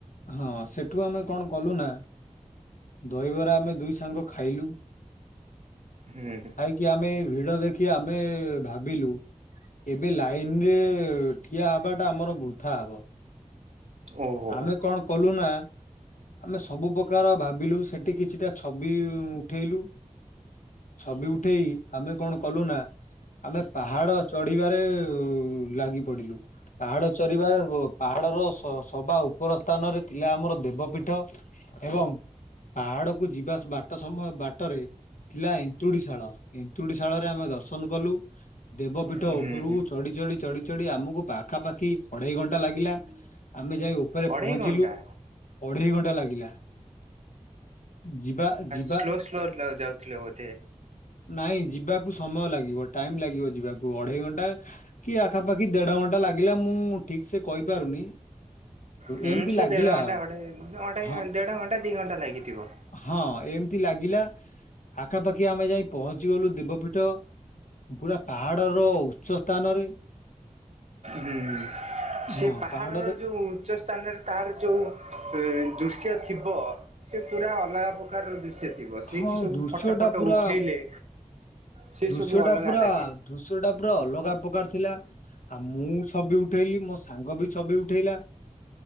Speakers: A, on the left; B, on the right.
A: ହଁ, ସେଠୁ ଆମେ କଣ କଲୁ ନା ଦହିବରା ଆମେ ଦୁଇ ସାଙ୍ଗ ଖାଇଲୁ
B: ହୁଁ
A: କି ଆମେ ଭିଡ ଦେଖି ଆମେ ଭାବିଲୁ ଏବେ ଲାଇନ୍ ରେ ଠିଆ ହବାଟା ଆମର ବୃଥା ହବ।
B: ଓହୋ
A: ଆମେ କଣ କଲୁ ନା ଆମେ ସବୁ ପ୍ରକାର ଭାବିଲୁ, ସେଠି କିଛିଟା ଛବି ଉଠେଇଲୁ ଛବି ଉଠେଇ, ଆମେ କଣ କଲୁ ନା ଆମେ ପାହାଡ଼ ଚଢିବାରେ ଲାଗି ପଡିଲୁ। ପାହାଡ ଚଢିବା ପାହାଡର ସ ସବା ଉପର ସ୍ଥାନରେ ଥିଲା ଆମର ଦେବପୀଠ ଏବଂ ପାହାଡ କୁ ଯିବା ବାଟ ସମୟ ବାଟରେ ଥିଲା ଏନ୍ତୁଡି ଶାଳ, ଏନ୍ତୁଡି ଶାଳ ରେ ଆମେ ଦର୍ଶନ କଲୁ ଦେବପୀଠ
B: ହୁଁ
A: ଉପରକୁ
B: ହୁଁ
A: ଚଢି, ଚଢି, ଚଢି, ଚଢି ଆମକୁ ପାଖାପାଖି ଅଢେଇ ଘଣ୍ଟା ଲାଗିଲା ଆମେ ଯାଇ ଉପରେ
B: ଅଢେଇ
A: ପହଞ୍ଚିଲୁ,
B: ଘଣ୍ଟା
A: ଅଢେଇ ଘଣ୍ଟା ଲାଗିଲା! ଯିବା ଯିବା
B: ସ୍ଲୋ ସ୍ଲୋ ଯାଉଥିଲେ ବୋଧେ
A: ନାଇଁ ଯିବାକୁ ସମୟ ଲାଗିବ, ଟାଇମ ଲାଗିବ ଯିବାକୁ ଅଢେଇ ଘଣ୍ଟା କି ଆଖାପାଖି ଦେଢ଼ ଘଣ୍ଟା ଲାଗିଲା, ମୁଁ ଠିକ୍ ସେ କହିପାରୁନି
B: ହୁଁ
A: ଏମିତି
B: ସେ
A: ଲାଗିଲା
B: ଦେଢ ଘଣ୍ଟା,
A: ଆଉ
B: ଘଣ୍ଟେ,
A: ହଁ
B: ଦେଢଘଣ୍ଟା ଦି ଘଣ୍ଟା ଲାଗିଥିବ।
A: ହଁ ଏମିତି ଲାଗିଲା, ଆଖାପାଖି ଆମେ ଯାଇ ପହଞ୍ଚି ଗଲୁ ଦେବପୀଠ ପୁରା ପାହାଡର ଉଚ୍ଚ ସ୍ଥାନରେ
B: ହଁ
A: ହଁ
B: ସେ ପାହାଡ଼ର
A: ପାହାଡରେ
B: ଯୋଉ ଉଚ୍ଚ ସ୍ଥାନରେ ତାର ଯୋଉ ଦୃଶ୍ୟ ଥିବ ସେ ପୁରା ଅଲଗା ପ୍ର ପ୍ରକାର ଦୃଶ୍ୟ ଥିବ, ସେଇଠି
A: ହଁ
B: ସବୁ
A: ଦୃଶ୍ୟଟା
B: ଫଟୋ ଫଟ
A: ପୁରା
B: ଉଠେଇଲେ ସେ
A: ଦୃଶ୍ୟଟା
B: ସବୁ ଅଲଗା
A: ପୁରା,
B: ଲାଗେ
A: ଦୃଶ୍ୟଟା ପୁରା ଅଲଗା ପ୍ରକାର ଥିଲା। ଆଉ ମୁଁ ଛବି ଉଠେଇଲି, ମୋ ସାଙ୍ଗ ବି ଛବି ଉଠେଇଲା।